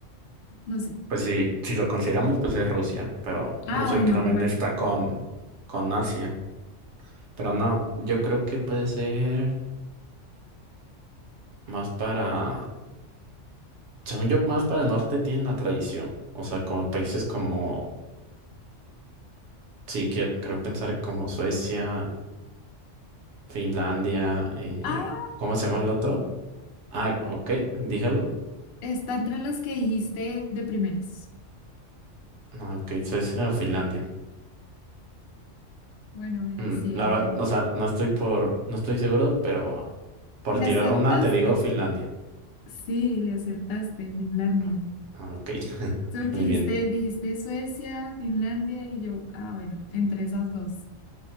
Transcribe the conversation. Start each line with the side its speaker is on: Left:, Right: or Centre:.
Left: no sé.
Right: Pues sí, si lo consideramos, pues es Rusia, pero
Left: Ah,
Right: Rusia
Left: bueno,
Right: también
Left: imagina.
Right: está con, con Asia. Pero no, yo creo que puede ser más para... Según yo, más para el norte tienen la tradición. O sea, como en países como, sí, que- creo pensar como Suecia, Finlandia, eh,
Left: Ah,
Right: ¿cómo se llama el otro? Ah, ok, ¿dije algo?
Left: está entre las que dijiste de primeras.
Right: No, ok, Suecia o Finlandia.
Left: Bueno, mira,
Right: Mm,
Left: sí, el-
Right: la verdad,
Left: el-
Right: o sea, no estoy por, no estoy seguro, pero por
Left: le
Right: tirar
Left: acertaste.
Right: una te digo Finlandia.
Left: Sí, le acertaste, Finlandia.
Right: No, ah, ok, <laughs>
Left: Sí, Porque
Right: muy
Left: dijiste,
Right: bien.
Left: dijiste Suecia, Finlandia y yo. Ah, bueno, entre esas dos.